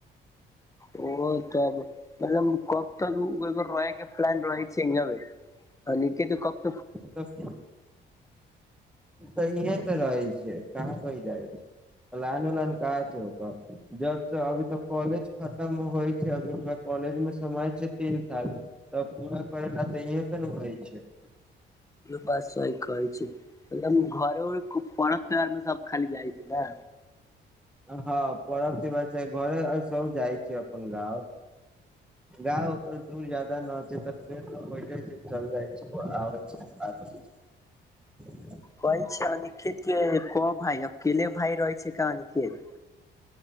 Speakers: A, on the left; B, in the centre.
A: ओ तब कब तकर रहके <unintelligible> फलाईनड रहै छै इंडिया मे <unintelligible>
B: <unintelligible> रहै छैय कहाँ कहि जाइ छैय प्लान उलान कहा छै ओक जब त अभी तक कॉलेज। खतम होइ छै अभी हमरा कॉलेज मे समय छै तीन तारिक। तऽ पूरा करैला तऽ इहें त नु होई छै।
A: बात सही कहै छी मतलब घर उर पर्व त्यौहार मे सब खाली जाइ छै ने।
B: हँ परब <unintelligible> घरे सब जाइ छै अपन गाँव। गाँव पर दूर ज्यदा न होतै तब। से तऽ होेईते छैय चल जाइ छैय आबै छैय <unintelligible>
A: कहै छीयै अनिखित के कऽ भाय अकेले भाय रहै छैय कान अनिकेत